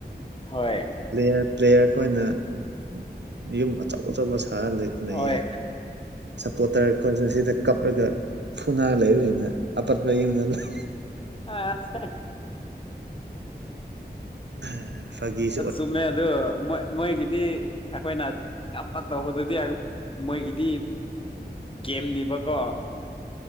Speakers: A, on the left; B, on the right.
A: ꯍꯣꯏ
B: ꯭ꯄ꯭ꯂꯦꯌꯔ ꯄ꯭ꯂꯦꯌꯔ ꯑꯩꯈꯣꯏꯅ ꯎꯝ ꯎꯝ ꯌꯨꯝ ꯑꯆꯧ ꯑꯆꯧꯕ ꯁꯥꯔ ꯂꯩꯌꯦ
A: ꯍꯣꯏ
B: ꯁꯄꯣꯔꯇꯔ ꯑꯩꯈꯣꯏꯅ ꯁꯤꯗ ꯀꯞꯂꯒ ꯐꯨꯅꯥꯔ ꯂꯩꯕꯁꯤꯡꯅ ꯑꯄꯠꯄ ꯌꯨꯝ <unintelligible>
A: ꯑꯥ <unintelligible>
B: <unintelligible> ꯐꯥꯒꯤ
A: ꯑ ꯆꯨꯝꯃꯦ ꯑꯗꯨ ꯃꯣꯏ ꯃꯣꯏꯒꯤꯗꯤ ꯑꯩꯈꯣꯏꯅ ꯀꯞ ꯀꯞ ꯇꯧꯕꯗꯨꯗꯤ <unintelligible> ꯃꯣꯏꯒꯤꯗꯤ ꯒꯦꯝꯅꯤꯕꯀꯣ